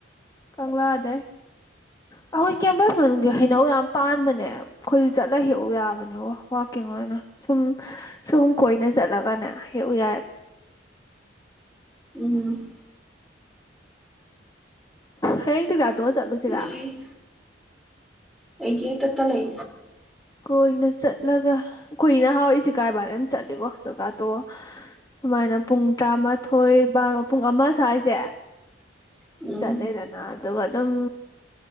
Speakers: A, on the left (about 20°); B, in the centre.
A: ꯀꯪꯡꯂꯥꯗꯩ ꯑꯩꯈꯣꯏ ꯀꯦꯝꯄꯁ ꯃꯅꯨꯡꯒꯤ
B: ꯎꯝ
A: ꯍꯩꯅꯧ ꯌꯥꯝ ꯄꯥꯟꯕꯅꯦ ꯑꯩꯈꯣꯏꯁꯨ ꯆꯠꯂ ꯍꯦꯛꯎ ꯌꯥꯕꯅꯦꯀꯣ ꯋꯥꯛꯀꯤꯡ ꯑꯣꯏꯅ ꯁꯨꯝ ꯁꯨꯝ ꯀꯣꯏꯅ ꯆꯠꯂꯒꯅꯦ ꯍꯦꯛꯎ ꯌꯥꯏꯕ
B: ꯎꯝ
A: ꯍꯌꯦꯡ ꯇꯨꯗꯠ ꯂꯣ ꯆꯠꯂꯨꯁꯤꯔꯥ
B: ꯄꯤ ꯑꯩꯒꯤ ꯍꯦꯛ ꯇꯥꯏ
A: ꯀꯣꯏꯅ ꯆꯠꯂꯒ ꯀꯨꯏꯅ ꯍꯥꯎꯏꯁꯤ ꯀꯥꯏꯕꯥꯅꯦ ꯑꯗꯨꯝ ꯆꯠꯂꯤꯕꯣ ꯆꯥꯛꯆꯥꯇꯣꯛꯑꯒꯥ ꯁꯨꯃꯥꯏꯅ ꯄꯨꯡ ꯇꯔꯥꯃꯥꯊꯣꯏ ꯕꯥꯔꯣ ꯄꯨꯡ ꯑꯃ ꯁ꯭ꯋꯥꯏꯁꯦ
B: ꯎꯝ
A: ꯆꯠꯂꯦꯗꯅ ꯑꯗꯨꯒꯥ ꯇꯪ